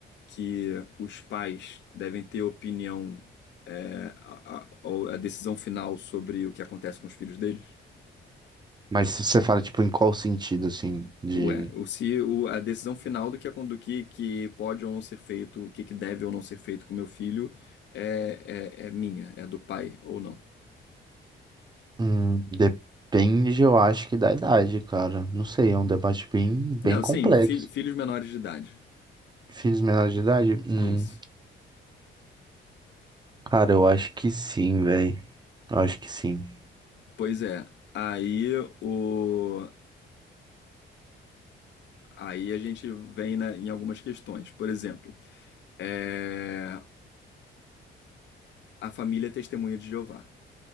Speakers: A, on the left; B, on the right.
A: que os pais devem ter opinião, é, a, a- a decisão final sobre o que acontece com os filhos deles?
B: Mas se você fala, tipo, em qual sentido, assim, de.
A: Ué, o, se o, a decisão final do que, acon- do que, que pode ou não ser feito, o que, que deve ou não ser feito com meu filho, é, é, é minha, é do pai ou não.
B: Hum, depende, eu acho que da idade, cara. Não sei, é um debate bem, bem
A: Não,
B: complexo.
A: sim, fil- filhos menores de idade.
B: Filhos menores de idade? Hum,
A: Isso.
B: cara, eu acho que sim, velho. Eu acho que sim.
A: Pois é. Aí o. Aí a gente vem na- em algumas questões. Por exemplo, é, a família é testemunha de Jeová.